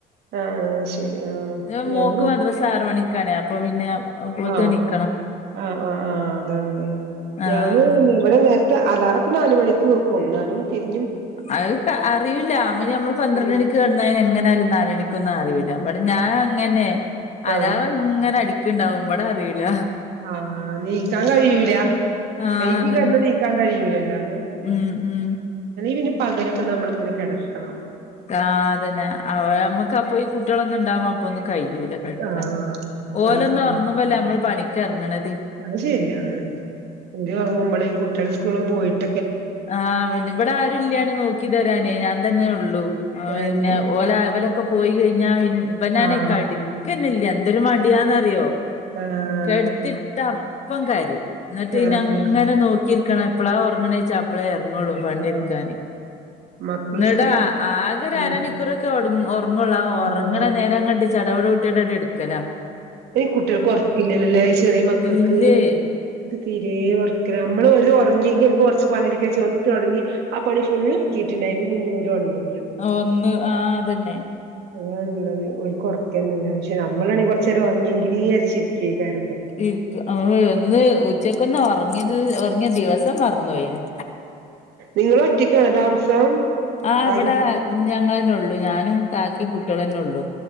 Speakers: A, on the right; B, on the left.
A: ആഹ് ശരി ആഹ്
B: ഞാൻ
A: ഞാന്
B: മോക്ക് മദ്രസ ആറ് മണിക്കാണേ അപ്പൊ പിന്നെ അപ്പോത്തിന്
A: ആ
B: എണീക്കണം
A: ആ ആ ആ അതാണ്ല്ലെ
B: ആഹ്
A: ഞാനും അതന്നെ ഇവിടെ നേരത്തെ അലാറൊക്കെ നാല് മണിക്ക് വെക്കും ന്നാലും തിരി
B: അത് ക്ക അറിയൂല്ല <unintelligible> നമ്മള് പന്ത്രണ്ട്
A: ഉം
B: മണിക്ക് കന്നന് എങ്ങനാലും നാല് മണിക്കൊന്നും അറിയൂല്ല
A: ഉം
B: ഇവിടെ ഞാൻ ആ അങ്ങനെ അലാറ
A: ആഹ്
B: അങ്ങനെ അടിക്കുണ്ടാവും ഇപടെ അറിയൂല
A: ആ നീക്കാൻ കഴിയൂല
B: ആഹ്
A: വെയ്കി
B: അതന്നെ
A: കെട്ന്നാ നീക്കാൻ കഴിയൂലല്ലോ അങ്ങനെണ്ടല്ലോ
B: ഉം ഉം
A: പിന്നെ <unintelligible> പകലൊക്കെ നമ്മളിങ്ങനെ കിടക്കണം
B: ആ അതന്നെ അവ നമ്മക്ക് അപ്പൊ ഈ കുട്ടികളൊന്നും ഇണ്ടാവുമ്പോ അപ്പൊന്നും കഴൂല കെട്ക്കാൻ
A: ആഹ്
B: ഓലൊന്ന്
A: ആഹ്
B: ഒർങ്ങുമ്പല്ലേ നമ്മള് പണിക്ക് എർങ്ങണത്
A: അത് ശരിയാണ് ഉറങ്ങുമ്പോള് കുട്ടികുടെ സ്കൂള പോയിട്ട്
B: ആ ഇബ്ടെ ആരുല്ലാണ് നോക്ക നോക്കി തരണേ ഞാൻ തന്നെ ഉള്ളൂ
A: ഞാന്
B: പിന്നെ ഓല അവലൊക്കെ പോയി കഴിഞ്ഞാൽ പിന്നെ ഇപ്പൊ ഞാന
A: ആഹ്
B: കടിക്കന്നില്ല എന്തൊരു മടിയാന്ന്റിയോ
A: ആഹ്
B: കെടുത്തിട്ട അപ്പം കരിം എന്നിട്ട്
A: ആഹ്
B: ഇനി അങ്ങനെ നോക്കിരിക്കണ അപ്പള ഉറങ്ങണേച്ചാ അപ്പളേ ഇറങ്ങുള്ളൂ പണിട്ക്കാന്
A: ആഹ് മക്കള്
B: നിടാ
A: സ്കൂൾക്ക്
B: ആകെ
A: പോയി
B: അരമണിക്കൂറൊക്കെ ഉറങ്ങുള്ള
A: ആഹ്
B: ഉറങ്ങണ നേരംങ്ങട്ടി ചടവട കൂട്ടിയിട്ടായിട്ട് എടുക്കല
A: കുട്ടികൾ കൊറക്കില്ലല്ലല്ലേ ചെറിയ മക്കൾക്ക്
B: ഇല്ലേ
A: തീരേ ഓർക്കില്ല നമ്മള് ഓര് ഒർങ്ങിയെങ്കി നമക്ക് കൊർച്ച് പണിടിക്കച്ച ഒന്ന് തൊടങ്ങി ആ പണി ഫുള്ള് <unintelligible> അയ്ന്റെ മുന്നേ ഓര് ഒൺന്നു
B: ഒന്ന് ആ അതന്നെ
A: അതാണ്ള്ളത് ഒരു ഓർക്കന്നെല്ല പക്ഷെ നമ്മളാണെങ്കിൽ കൊറച്ചേരം ഒർങ്ങിയെങ്കിലീ ചിരിക്കാണ്
B: ഇൻക്ക് അ ഒന്ന് ഉച്ചക്ക് ഒന്ന് ഒർങ്ങില്ല ഒർ ങ്ങിയ ദിവസം മറന്നു പോയിന്
A: നിങ്ങളൊറ്റക്കാണോ താമസം
B: ആ
A: ആരും
B: ഇവടെ ഞങ്ങളന്നെള്ളു ഞാനും കാക്കിം കുട്ടികളന്നെ ഒള്ളു